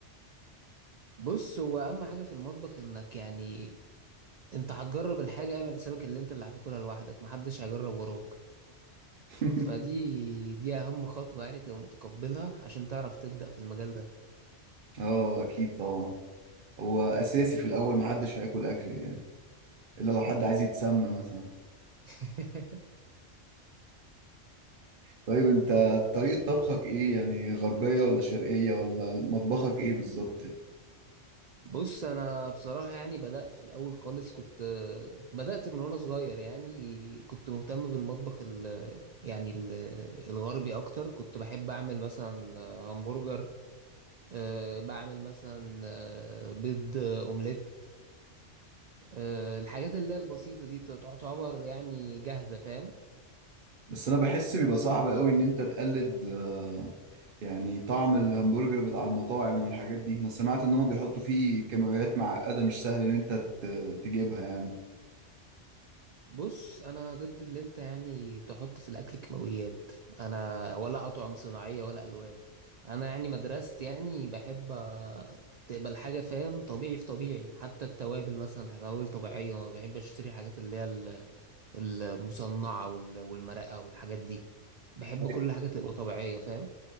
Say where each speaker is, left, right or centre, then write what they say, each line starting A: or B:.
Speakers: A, on the right (about 80°); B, on the right (about 55°).
A: بص هو اهم حاجة في المطبخ انك يعني انت هتجرب الحاجة اعمل حسابك اللي انت اللي هتاكلها لوحدك محدش هيجرب وراك
B: <laughs>
A: فدي دي اهم خطوة يعني تبقى متقبلها عشان تعرف تبدأ في المجال ده
B: اه اكيد طبعا هو اساسي في الاول محدش هياكل اكل يعني الا لو حد عايز يتسمى مثلا
A: <laughs>
B: طيب انت طريقة طبخك ايه يعني غربية ولا شرقية ولا مطبخك ايه بالظبط
A: بص انا بصراحة يعني بدأت في الاول خالص كنت بدأت من وانا صغير يعني كنت مهتم بالمطبخ ال يعني ال الغربي اكتر كنت بحب اعمل مثلا همبرجر أه بعمل مثلا آه، بيض آه، اومليت أه الحاجات اللي هي البسيطة دي تعتبر يعني جاهزة فاهم
B: بس انا بحس بيبقى صعب قوي ان انت تقلد آه، يعني طعم الهمبرجر بتاع المطاعم والحاجات دي انا سمعت ان هم بيحطوا فيه كيماويات معقدة مش سهل ان انت ت- تجيبها يعني
A: بص انا ضد اللي انت يعني تحط في الاكل كيماويات انا ولا اطعم صناعيه ولا الوان انا يعني مدرستي يعني بحب آه، تقبل حاجه فاهم طبيعي في طبيعي حتى التوابل مثلا توابل طبيعيه ما بحب اشتري حاجات اللي هي ال- المصنعه وال- والمرقه والحاجات دي بحب
B: أي-
A: كل حاجه تبقى طبيعيه فاهم